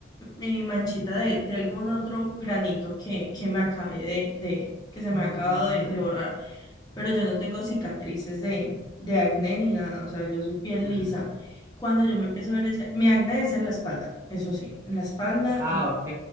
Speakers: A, on the left; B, on the right.
A: eh, manchita de, de algún otro granito que, que me acabé de, de- que se me
B: Ujú,
A: ha acabado de, de borrar. Pero yo no tengo cicatrices de, de acné ni nada, o sea, yo soy piel
B: mm.
A: lisa. Cuando yo me empiezo a ver ese, mi acné es en la espalda, eso sí, en la espalda,
B: Ah,
A: eh,
B: ok.